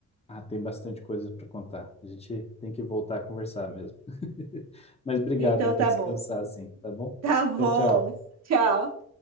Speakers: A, on the left; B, on the right.
A: Ah, tem bastante coisa para contar. A gente tem que voltar a conversar mesmo. <laughs> Mas obrigado,
B: Então,
A: vou
B: tá
A: descansar
B: bom.
A: assim, tá bom?
B: Tá bom.
A: Tchau, tchau.
B: Tchau.